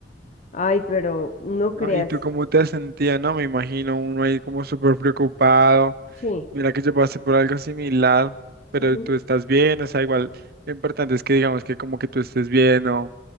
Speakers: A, on the left (about 40°); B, on the right (about 60°).
A: Ay, pero no
B: ¿No?
A: creas.
B: ¿Y tú cómo te has sentido? No, me imagino uno ahí como súper preocupado.
A: Sí.
B: Mira que yo pasé por algo similar, pero
A: ujú.
B: tú estás bien, o sea, igual lo importante es que digamos que como que tú estés bien, no,